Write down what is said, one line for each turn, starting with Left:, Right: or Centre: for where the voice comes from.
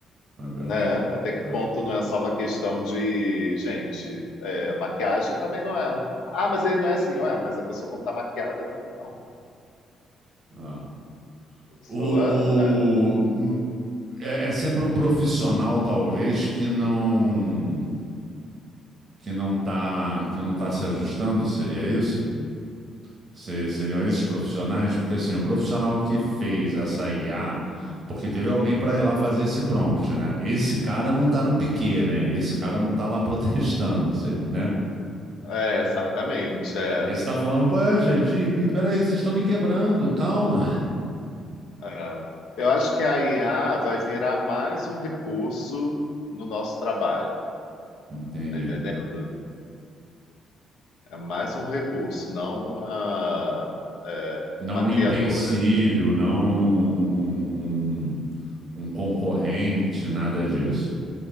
Right: É verdade.
Left: né? Até que
Right: Ah,
Left: ponto não é só uma questão de, gente, é, maquiagem também não é. Ah, mas ele não é assim, ué, mas a pessoa quando tá maquiada também não.
Right: ah.
Left: A pessoa,
Right: O,
Left: né?
Right: o- hum, É, é sempre o profissional, talvez, que não. que não está que não tá se ajustando, seria isso? Se- seriam esses profissionais? Porque assim, o profissional que fez essa IA, porque teve alguém para ir lá fazer esse prompt, né? Esse cara não tá no piquê, né? Esse cara não tá lá <laughs> protestando, seria, né?
Left: É, exatamente. É.
Right: Esse tá falando, qual é, gente? Ih, ih, Peraí, vocês estão me quebrando, calma.
Left: É. Eu acho que a IA vai virar mais um recurso no nosso trabalho,
Right: <laughs> Entendi.
Left: tá entendendo? É mais um recurso, não uma, é,
Right: Não
Left: uma criadora.
Right: um empecilho, não um, um um- um- um concorrente, nada disso.